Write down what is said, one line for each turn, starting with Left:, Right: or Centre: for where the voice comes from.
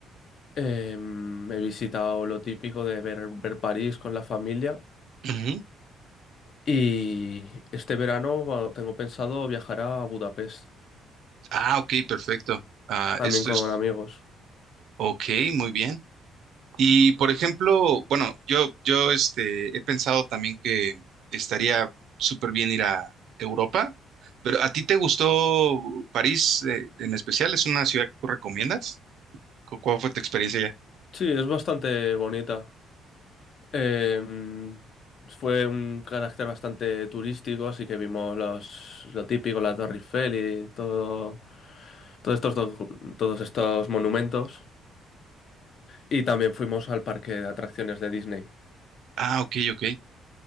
Left: em, he visitado lo típico de ver, ver París con la familia
Right: Ujú.
Left: Y este verano bueno, tengo pensado viajar a Budapest,
Right: Ah, ok, perfecto. Ah,
Left: también
Right: esto
Left: con
Right: es,
Left: amigos.
Right: ok, muy bien. Y por ejemplo, bueno, yo, yo este, he pensado también que estaría súper bien ir a Europa, pero ¿a ti te gustó París eh, en especial? ¿Es una ciudad que tú recomiendas? ¿Cu- ¿Cuál fue tu experiencia allá?
Left: Sí, es bastante bonita. Eh, fue un carácter bastante turístico, así que vimos los, lo típico, la Torre Eiffel y todo, todos estos, docu- todos estos monumentos. Y también fuimos al parque de atracciones de Disney.
Right: Ah, ok, ok.